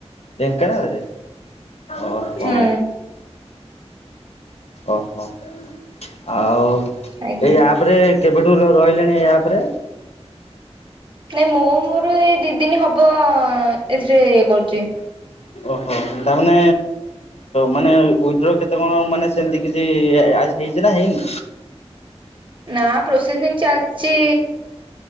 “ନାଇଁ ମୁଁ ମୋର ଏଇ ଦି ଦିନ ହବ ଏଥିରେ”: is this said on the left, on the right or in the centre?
Right